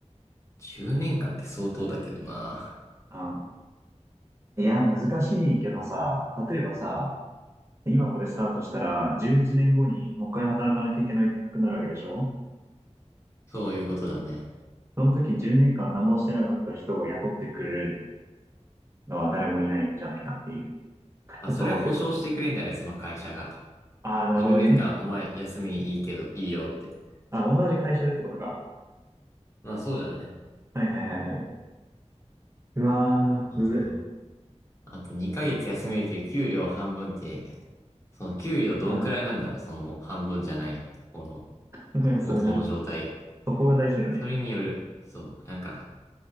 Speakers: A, on the left (about 25°); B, on the right (about 25°).
A: 10年間って相当だけどな。
B: あ、いや、難しいけどさ、例えばさ、今これスタートしたら、11年後にもう一回働かなきゃいけなくなるわけでしょ
A: <laughs> そういうことだね。
B: その時10年間何もしてなかった人を雇ってくれるのは誰もいないんじゃないかっていう。ち
A: あ、
B: ょっと思うけど。
A: それは保証してくれんじゃないその会社が。
B: ああ、なるほどね。
A: 10年間お前休みいいけど、いいよって。
B: あ、同じ会社でってことか。
A: まあそうじゃない
B: はいはいはいはい。うわー、
A: あ
B: むずっ。
A: あ。あと2ヶ月休めるけど、給料半分って、その給料どんくらいなんだろう、
B: うん。
A: そのもう半分じゃない、この
B: <laughs> それな。
A: 元の状態。
B: そこが大事だよね。
A: それによる、そう、なんか